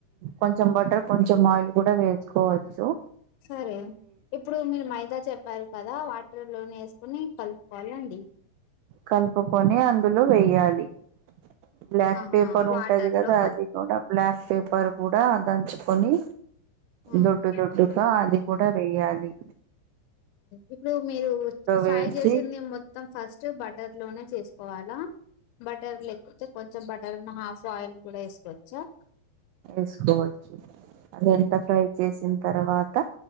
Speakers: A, on the right; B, on the left.
A: కొంచెం బటర్ కొంచెం ఆయిల్ కూడా వేసుుకోవచ్చు
B: సరే ఇప్పుడు మీరు మైదా చెప్పారు కదా వాటర్ లోనే వేసుకుని కలుపుకోవాలండి
A: కలుపుకొని అందులో వేయ్యాలి బ్లాక్
B: ఆహా
A: పేపర్ ఉంటది
B: వాటర్
A: కదా
B: లో
A: అది కూడా బ్లాక్ పెప్పర్ కూడా దంచుకొని
B: ఆహా.
A: దొడ్డు దొడ్డుగా అది కూడా వెేయ్యాలి
B: ఇప్పుడు మీరు ఫ్రై
A: వేసి
B: చేసింది మొత్తం ఫస్ట్ బటర్ లోనే చేసు కోవాలా బటర్ లేకపోతే కొంచెం బటర్ హాఫ్ ఆయిల్ కూడా వేసుకోవచ్చా
A: ఏసుకోవచ్చు అది ఎంత ఫ్రై చేసింది తర్వాత